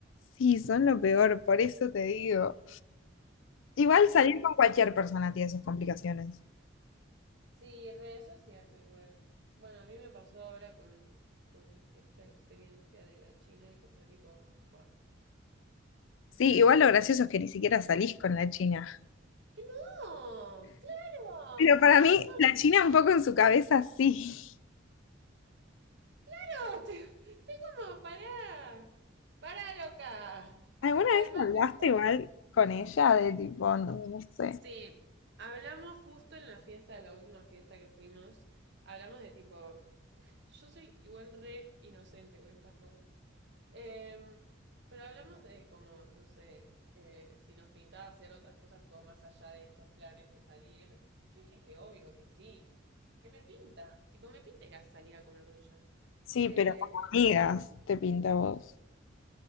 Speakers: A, on the left; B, on the right.
A: sí, son lo peor, por eso te digo. Igual
B: Son,
A: salir con cualquier persona tiene sus complicaciones.
B: sí, re, eso es cierto igual. Bueno, a mí me pasó ahora con, con esta experiencia de la China que fue tipo, va.
A: Sí, igual lo gracioso es que ni siquiera salís con la China.
B: ¡Que no! ¡Claro!
A: Pero para mí,
B: Tipo,
A: la China un poco en su cabeza sí.
B: ¡Claro! Te, te como, pará. Pará, loca.
A: ¿Alguna
B: Calmate
A: vez hablaste
B: un poco.
A: igual con ella de tipo, no, no sé?
B: Sí, hablamos justo en la fiesta, la última fiesta que fuimos, hablamos de tipo, yo soy igual re inocente con estas cosas. Em, pero hablamos de como, no sé, eh, si nos pintaba hacer otras cosas tipo más allá de estos planes de salir. Yo dije que obvio, que sí, que me pinta, tipo me pinta ir a salir a comer con ella.
A: Sí,
B: Eh,
A: pero como amigas, te pinta a vos.